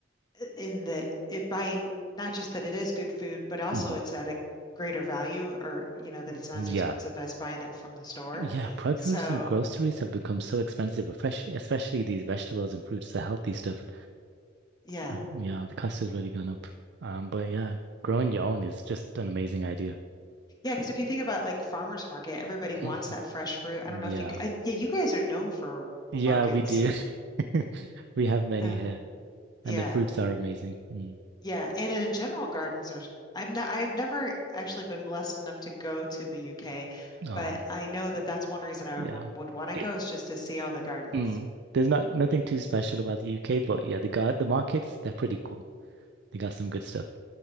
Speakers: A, on the left (about 20°); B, on the right (about 65°).
A: i- in that it buying not just that it is good food, but also
B: hmm
A: it's at a greater value, or you know that it's not
B: Yeah.
A: as expensive as buying it from the store.
B: Yeah, produce
A: So
B: and groceries have become so expensive, especially especially these vegetables and fruits, the healthy stuff.
A: yeah.
B: Um, yeah, the cost has really gone up. Um, but yeah, growing your own is just an amazing idea.
A: Yeah, because if you think about like farmers market, everybody
B: <clears throat>
A: wants that fresh fruit. I
B: Yeah.
A: don't know if you, c- I, yeah, you guys are known for
B: Yeah,
A: markets.
B: we do. <laughs> We have many
A: Uh,
B: here,
A: yeah,
B: and the fruits are amazing. Mm.
A: yeah, and in general, gardens are. I've not, I've never actually been blessed enough to go to the UK,
B: Oh,
A: but I know that that's one reason I
B: yeah.
A: would would want to
B: It,
A: go is just to see all the gardens.
B: mm, there's not nothing too special about the UK, but yeah, the guy the markets, they're pretty cool. They got some good stuff